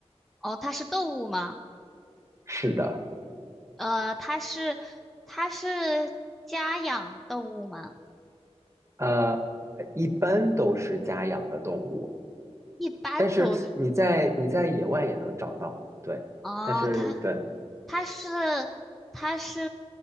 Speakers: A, in the centre; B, on the right.
A: 哦，它是动物吗？
B: 是的，
A: 呃，它是它是家养动物吗？
B: 呃，一般都是家养的动物，
A: 一般都
B: 但是你在你在野外也能找到，对，
A: 哦，
B: 但是对，
A: 它它是它是